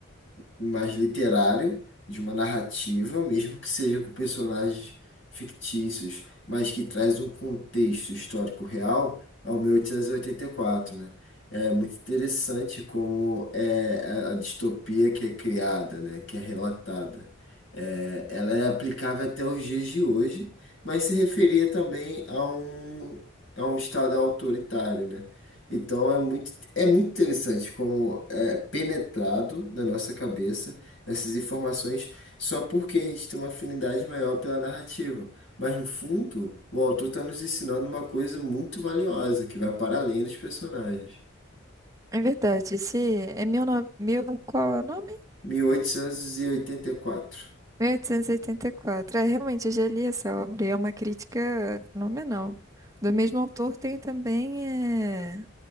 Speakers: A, on the left (about 60°); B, on the right (about 15°).
A: mais literário, de uma narrativa, mesmo que seja com personagens fictícios, mas que traz um contexto histórico real, ao 1884, né? É muito interessante como é a a distopia que é criada, né? Que é relatada. É, ela é aplicável até os dias de hoje, mas se referia também a um, a um estado autoritário, né? Então é muito é muito interessante como é penetrado na nossa cabeça essas informações só porque a gente tem uma afinidade maior pela narrativa. Mas no fundo, o autor está nos ensinando uma coisa muito valiosa que vai para além dos personagens.
B: É verdade, esse é mil, no- mil, qual é o nome?
A: Mil oitocentos e e oitenta e quatro.
B: mil oitocentos e oitenta e quatro É, realmente, eu já li essa obra e é uma crítica fenomenal. Do mesmo autor tem também é,